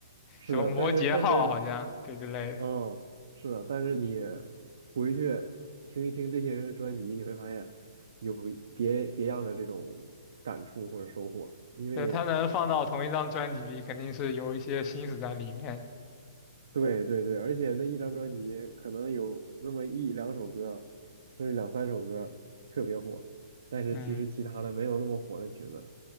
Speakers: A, on the right; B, on the left.
A: 是的，
B: 什么摩羯号好像对之类的。
A: 但是但是嗯，是的，但是你回去听一听这些人的专辑，你会发现有别别样的这种感触或者收获，因为。
B: 对，他能放到同一张专辑里，肯定是有一些心思在里面。
A: 对对对，而且那一张专辑可能有那么一两首歌，甚至两三首歌特别火，但是其实其他的没有那么火的曲子，
B: 嗯。